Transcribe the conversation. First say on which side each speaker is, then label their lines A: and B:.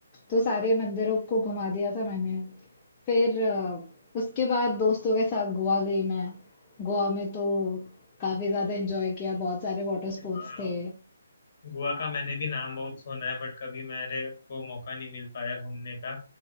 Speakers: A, on the left (about 20°); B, on the left (about 45°).
A: तो सारे मंदिरों को घुमा दिया था मैंने। फिर अ, उसके बाद दोस्तों के साथ गोवा गई मैं। गोवा में तो काफ़ी ज़्यादा एंजॉय किया, बहुत सारे वाटर स्पोर्ट्स
B: वहाँ
A: थे।
B: गोवा का मैंने भी नाम बहुत सुना है बट कभी मेरे को मौका नहीं मिल पाया घूमने का